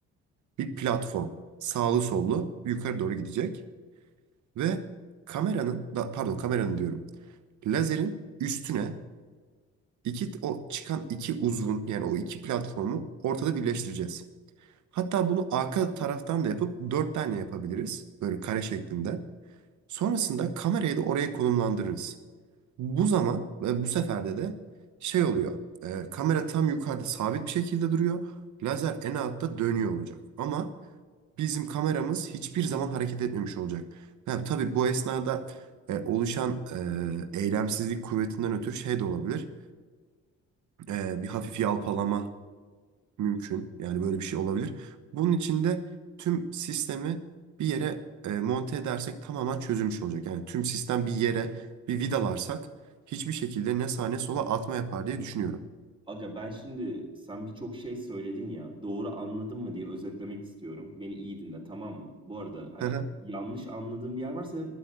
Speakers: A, on the right; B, on the right.
A: bir platform. Sağlı sollu yukarı doğru gidecek. Ve kameranın, da, pardon kameranın diyorum. Lazerin üstüne iki o çıkan iki uzvun yani o iki platformu ortada birleştireceğiz. Hatta bunu arka taraftan da yapıp dört tane yapabiliriz. Böyle kare şeklinde. Sonrasında kamerayı da oraya konumlandırırız. Bu zaman ve bu seferde de şey oluyor. e, kamera tam yukarıda sabit bir şekilde duruyor. Lazer en altta dönüyor olacak. Ama bizim kameramız hiçbir zaman hareket etmemiş olacak. Ha, tabii bu esnada e, oluşan e, eylemsizlik kuvvetinden ötürü şey de olabilir. e, bir hafif yalpalama mümkün. Yani böyle bir şey olabilir. Bunun için de tüm sistemi bir yere e, monte edersek tamamen çözülmüş olacak. Yani tüm sistem bir yere bir vidalarsak hiçbir şekilde ne sağa ne sola atma yapar diye düşünüyorum.
B: Aga ben şimdi sen birçok şey söyledin ya doğru anladın mı diye özetlemek istiyorum. Beni iyi dinle tamam mı? Bu arada hani
A: Hı hı,
B: yanlış anladığım bir yer varsa